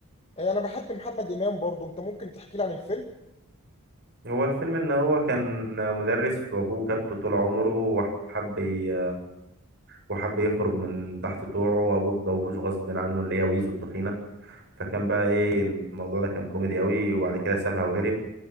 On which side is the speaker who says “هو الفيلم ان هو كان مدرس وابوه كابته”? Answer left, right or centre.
Right